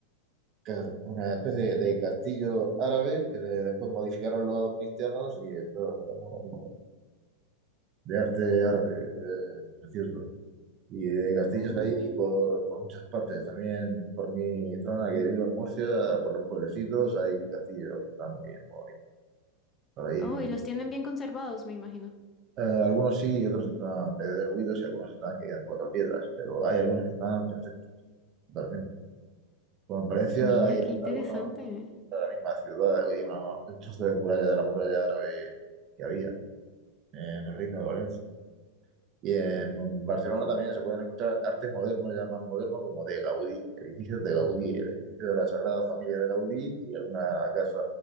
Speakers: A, on the right; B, on the left.
A: ca- una especie de castillo árabe que de- después modificaron los cristianos y esto está muy bonito, de arte
B: Ujú.
A: árabe, eh, precioso. Y de castillos
B: Oh.
A: ahí por, por muchas partes, también por mi zona que vivo en Murcia, por los pueblecitos hay castillos que están muy bien, muy bonitos para ir
B: Oh,
A: y visitar.
B: y los tienen bien conservados, me imagino.
A: Eh, algunos sí y otros están medio derruidos y algunos están que quedan cuatro piedras, pero hay algunos que están perfectos. totalmente. Bueno, Valencia
B: Mira,
A: hay
B: qué interesante.
A: algunos de la misma ciudad, hay una- un trozo de muralla de la muralla árabe que había en el Reino de Valencia. Y en Barcelona también se pueden encontrar arte moderno, ya más moderno, como de Gaudí, edificios de Gaudí, el edificio de la Sagrada Familia de Gaudí y alguna casa,